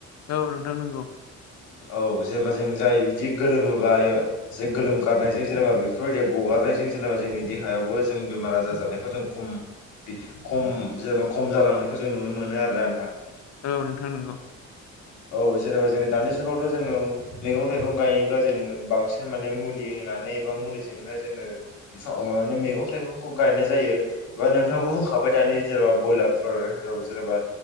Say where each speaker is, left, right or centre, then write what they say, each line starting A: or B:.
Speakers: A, on the left (about 60°); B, on the left (about 75°).
A: औ नोंथां नंगौ।
B: औ जेनेबा जों जाय बिदि गोलोमोबा एबा जे गोलोम गारनायजों जेनेबा बेफोरबायदि गगार हरनायजों जेनेबा जोंनि देहायावबो जों बेमार आजार जानायखौ जों खम खम जेनेबा खम जालांनायखौ जों नुनो मोनो आरोना नोंथां।
A: औ नोंथां नंगौ।
B: औ जेनेबा जों दानि जुगावथ' जोङो मैगं थाइगं गायोब्ला जोङो बांसिनै माने मुलि होनानै एबा मुलिजोंनो जों <unintelligible> मैगं थाइगंखौ गायनाय जायो एबा नोंथाङाबो बुंखाबाय दानि जेनेबा ब्रयलार <unintelligible> जेनेबा